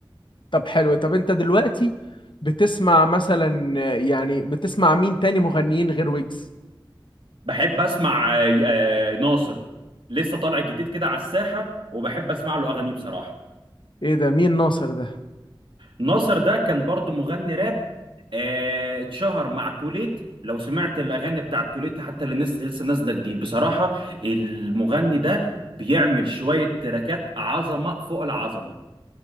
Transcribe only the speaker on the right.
بحب اسمع آه، آه، ناصر لسه طالع جديد كده على الساحه وبحب اسمع له اغانيه بصراحه
ناصر ده كان برضو مغني راب آه، اتشهر مع توليت لو سمعت الاغاني بتاعت توليت حتى اللي نس- لسه نازله جديد بصراحه المغني ده بيعمل شويه تراكات عظمه فوق العظمه